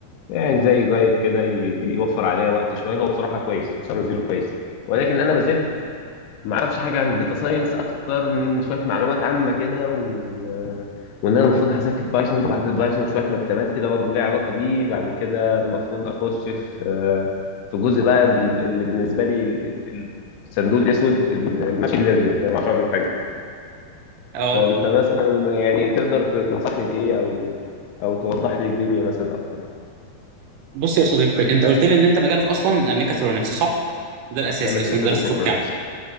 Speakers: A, on the left; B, on the right.
A: يعني زي جايد كده ي- يوفر عليا وقت شويه هو بصراحه كويس اسامه زيرو كويس ولكن انا ما زلت ما اعرفش حاجه عن الداتا ساينس اكتر من شويه معلومات عامه كده و... وان انا المفروض هذاكر بايثون وبعد البايثون شويه مكتبات كده برضو ليها علاقه بيه بعد كده المفروض اخش في آه، في جزء بقى اللي بالنسبه لي ال- ال- الصندوق الاسود الماشين ليرنينج انا ما اعرفش عنه حاجه
B: اه
A: فانت مثلا يعني تقدر تنصحني بايه او او توضح لي الدنيا مثلا اكتر
B: بص يا صديقي انت قلت لي ان انت مجالك اصلا ميكاترونكس صح؟ ده الاساسي
A: انا في
B: اصلا
A: الاساس
B: درسته
A: ميكاترونكس
B: في الجامعه